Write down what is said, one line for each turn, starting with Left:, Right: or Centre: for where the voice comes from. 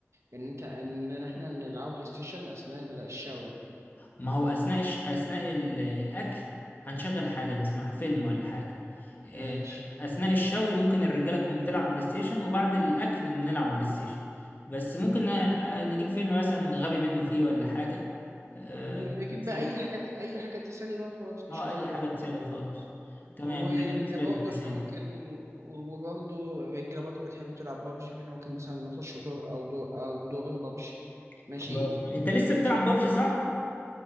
Right: ان انت ان احنا نلعب بلاي ستيشن اثناء الشاوي
Left: ما هو اثناء الش... اثناء ال- الاكل هنشغل حاجه نسمعها فيلم ولا حاجه
Right: ماشي
Left: آه، اثناء الشوي ممكن الرجاله تكون بتلعب بلاي ستيشن وبعد الاكل نلعب بلاي ستيشن بس ممكن
Right: خلاص
Left: ن- آه، نجيب فيلم مثلا غبي منه فيه ولا حاجه آه،
Right: نجيب
Left: نتسلى
Right: بقى اي حاجة اي حاجة تسلي بقى وخلاص
Left: اه
Right: مش هتفرق
Left: اي حاجه تسلى وخلاص تمام
Right: وبرضه
Left: ده بالنسبه للتسالي
Right: احنا ممكن وبرضه الرجالة برضه بتحب تلعب بابجي فاحنا ممكن مثلا نخش دور أو دور أو دورين بابجي ماشي
Left: خلاص انت لسه
Right: ماشي
Left: بتلعب بابجي صح